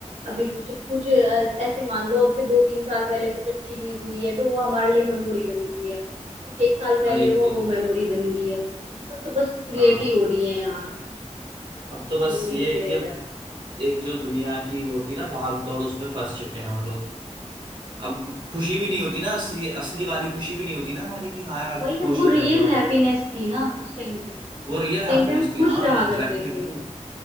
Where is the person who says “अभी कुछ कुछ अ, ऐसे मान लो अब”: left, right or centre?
Right